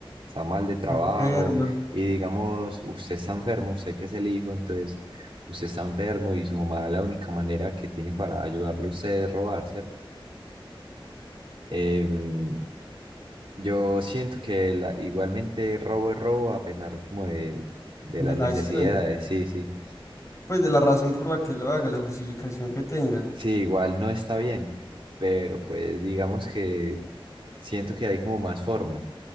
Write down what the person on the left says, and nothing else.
enferma
de
la
acción,
pues de la razón por la que lo haga, la justificación que tenga.